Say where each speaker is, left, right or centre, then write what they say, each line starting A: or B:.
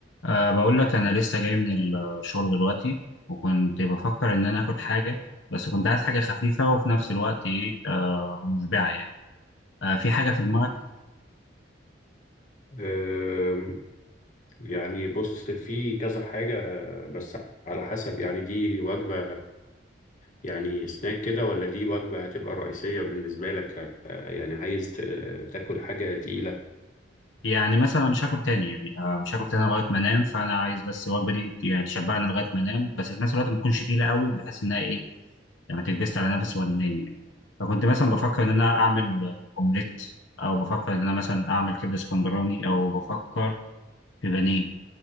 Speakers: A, on the left; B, on the left.
A: أه بقول لك أنا لسه جاي من الشغل دلوقتي وكنت بفكر إن أنا آكل حاجة بس كنت عايز حاجة خفيفة وفي نفس الوقت إيه أه مشبعة يعني أه في حاجة في دماغك
B: أم، يعني بص في كذا حاجة بس على حسب يعني دي وجبة يعني سناك كده ولا دي وجبة هتبقى رئيسية بالنسبة لك أه، يعني عايز ت- تاكل حاجة تقيلة
A: يعني مثلا أنا مش هاكل تاني يعني أه مش هاكل تاني لغاية ما أنام فأنا عايز بس الوجبة دي يعني تشبعني لغاية ما أنام بس في نفس الوقت ما تكونش تقيلة قوي بحيث إنها إيه لما تكبست على نفسي وأنا نايم يعني فكنت مثلا بفكر إن أنا أعمل آه، أومليت أو بفكر إن أنا مثلا أعمل كبدة اسكندراني أو بفكر في بانيه